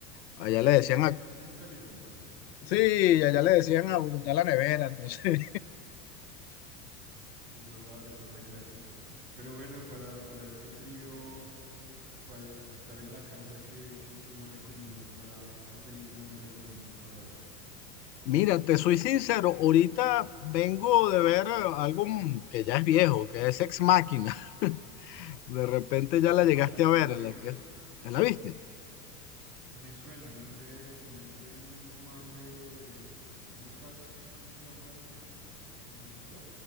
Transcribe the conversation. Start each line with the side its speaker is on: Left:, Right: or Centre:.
Left: allá
Right: Medellín
Left: le decían a...
Right: es calientico. Sí,
Left: Sí, allá le decían a Bogotá la nevera, entonces
Right: sí, esa es la, esa es la clásica. Pero bueno, para, para este frío. Para estar en la casa, ¿qué, qué, qué me recomiendas para, qué película me recomiendas para ver?
Left: Mira, te soy sincero, ahorita vengo de ver eh, algo mm, que ya es viejo, que es Ex Machina. <laughs> De repente ya
Right: Ex
Left: la llegaste
Right: Máquina,
Left: a ver,
Right: ok.
Left: la que te la viste.
Right: Me suena, no es de, no es del mismo man de Lucas, ¿cómo se llama el, el- el- el director?